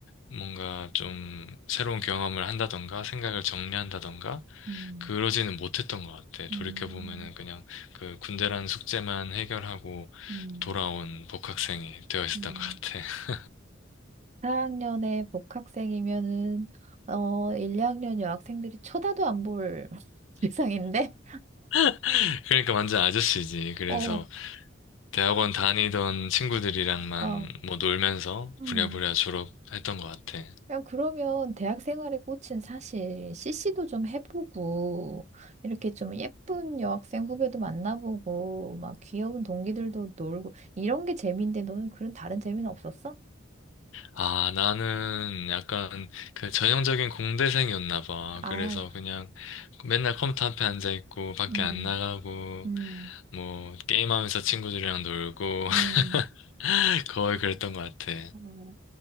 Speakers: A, on the left (about 80°); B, on the right (about 35°).
A: 뭔가 좀 새로운 경험을 한다던가 생각을 정리한다던가
B: 음,
A: 그러지는 못했던 것 같아.
B: 음,
A: 돌이켜보면은 그냥 그 군대라는 숙제만 해결하고
B: 음,
A: 돌아온 복학생이 되어 있었던
B: 음.
A: 것 같아.
B: 4학년에 복학생이면은 어 1, 2학년 여학생들이 쳐다도 안 볼 <laughs> 세상인데
A: <laughs> 그러니까 완전 아저씨지. 그래서
B: 어,
A: 대학원 다니던 친구들이랑만
B: 어,
A: 뭐 놀면서
B: 음.
A: 부랴부랴 졸업했던 것 같아.
B: 그냥 그러면 대학 생활의 꽃은 사실 CC도 좀 해보고 이렇게 좀 예쁜 여학생 후배도 만나보고 막 귀여운 동기들도 놀고 이런 게 재미인데 너는 그런 다른 재미는 없었어?
A: 아, 나는 약간 그 전형적인 공대생이었나 봐.
B: 아유,
A: 그래서 그냥 맨날 컴퓨터 앞에 앉아 있고 밖에
B: 음,
A: 안 나가고
B: 음,
A: 뭐 게임하면서 친구들이랑 놀고
B: 음.
A: <laughs> 거의 그랬던 것 같아.
B: 어,